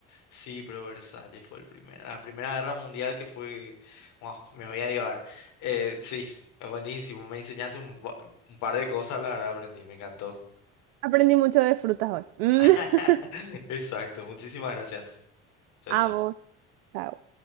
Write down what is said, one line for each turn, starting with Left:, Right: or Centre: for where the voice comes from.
Left: Sí, pero Versalles fue el primero. La Primera Guerra Mundial que fue... Wow, me voy a llevar. Eh, sí, es buenísimo. Me enseñaste un, ba- un par de cosas, la verdad aprendí, me encantó.
Right: Aprendí mucho de frutas hoy. Mm.
Left: <laughs>
Right: <laughs>
Left: Exacto, muchísimas gracias. Chao,
Right: A
Left: chao.
Right: vos. Chao.